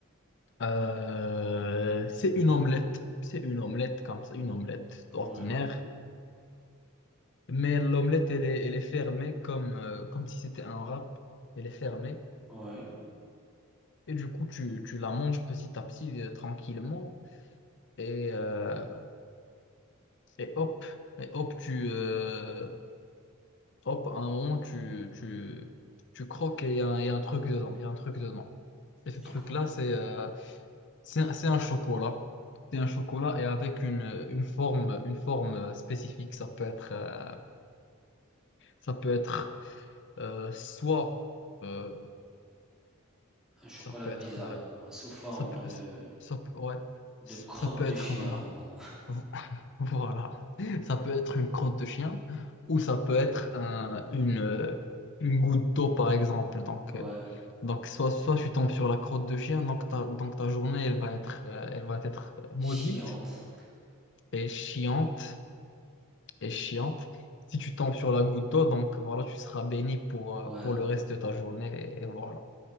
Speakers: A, on the left; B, in the centre.
A: Euh, c'est une omelette. C'est une omelette comme ça, une omelette ordinaire.
B: Ouais,
A: Mais l'omelette, elle est, elle est fermée comme, euh, comme si c'était un wrap. Elle est fermée.
B: ouais.
A: Et du coup, tu, tu la manges petit à petit, euh, tranquillement. Et, euh, et hop, et hop, tu, euh, hop, à un moment, tu, tu, tu croques et il y a, un il y a un truc dedans. Il y a un truc dedans. Et ce
B: Du
A: truc-là,
B: coup,
A: c'est euh, c'est un, c'est un chocolat. C'est un chocolat et avec une, une forme, une forme euh, spécifique. Ça peut être, euh, ça peut être euh, soit... euh,
B: un chocolat
A: ça peut
B: bizarre,
A: être euh,
B: euh, sous forme
A: Ça peut,
B: de,
A: ça peut, ouais,
B: de
A: ça
B: crotte
A: peut être
B: de chien.
A: un,
B: ou-
A: <laughs> voilà, ça peut être une crotte de chien ou ça peut être un, une, euh, une goutte d'eau par exemple. Donc,
B: <laughs> Ouais,
A: euh, donc soit, soit tu tombes sur la crotte de chien, donc ta, donc ta journée elle va être, euh, elle va être maudite
B: chiante.
A: et chiante et chiante. Si tu tombes sur la goutte d'eau, donc voilà, tu seras béni pour,
B: Ouais.
A: euh, pour le reste de ta journée et, et voilà.